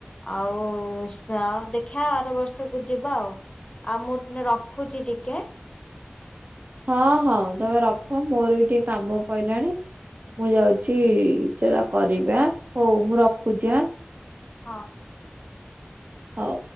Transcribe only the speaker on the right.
ହଁ ହଁ ତମେ ରଖ ମୋର ବି ଟିକେ କାମ ପଇଲାଣି ମୁଁ ଯାଉଛି ସେଟା କରିବି ଆଁ ହଉ ମୁଁ ରଖୁଚି ଆଁ।
ହଉ।